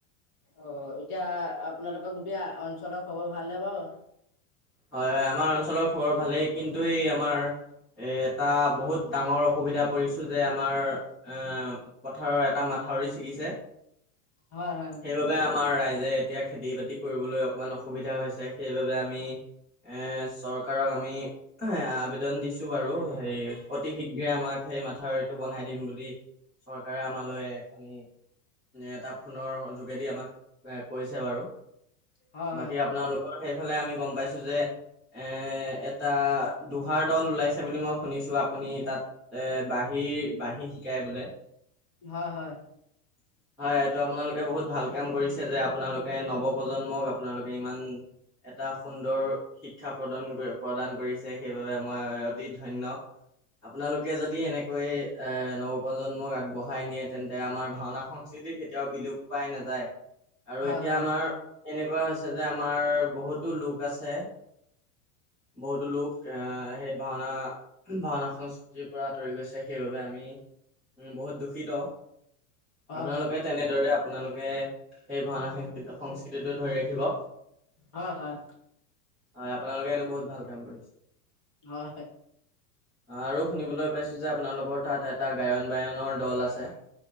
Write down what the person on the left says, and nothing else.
অ এতিয়া আপোনালোকৰ গোটেই অঞ্চলৰ খবৰ ভালনে বাৰু
হয় হয়
হয়
হয় হয়
হয়
হয়
হয়
হয় হয়
হয় হয়
হয় হয়